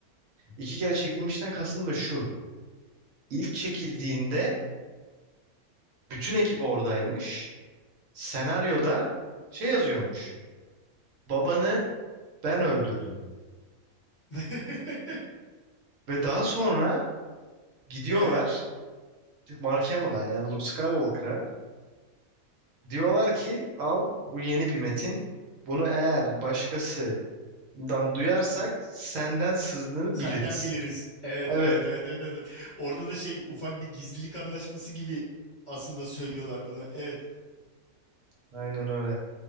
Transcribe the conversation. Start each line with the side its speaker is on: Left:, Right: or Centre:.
Right: İki kere çekilmişten kastım da şu. İlk çekildiğinde bütün ekip oradaymış. senaryoda şey yazıyormuş. Babanı ben öldürdüm.
Left: <laughs>
Right: Ve daha sonra gidiyorlar
Left: Evet.
Right: Mark Hamill'a yani Luke Skywalker'a. Diyorlar ki al bu yeni bir metin. Bunu eğer başkasından duyarsak senden sızdığını
Left: Senden
Right: biliriz.
Left: biliriz. Evet,
Right: Evet,
Left: evet, evet, evet, evet. Orada da şey ufak bir gizlilik anlaşması gibi aslında söylüyorlar bunu. Evet.
Right: aynen öyle.